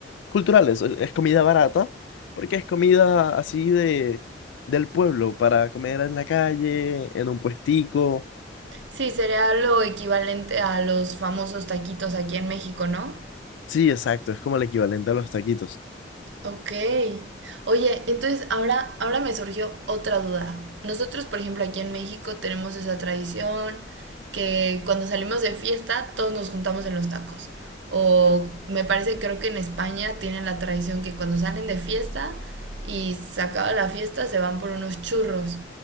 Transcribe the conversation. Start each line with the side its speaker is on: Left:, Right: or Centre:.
Left: culturales. Es es comida barata, porque es comida así de, del pueblo, para comer en la calle, en un puestico.
Right: Sí, sería lo equivalente a los famosos taquitos aquí en México, ¿no?
Left: Sí, exacto, es como el equivalente a los taquitos.
Right: Ok. Oye, entonces ahora, ahora me surgió otra duda. Nosotros, por ejemplo, aquí en México tenemos esa tradición que cuando salimos de fiesta todos nos juntamos en los tacos. O me parece, creo que en España tienen la tradición que cuando salen de fiesta y se acaba la fiesta se van por unos churros.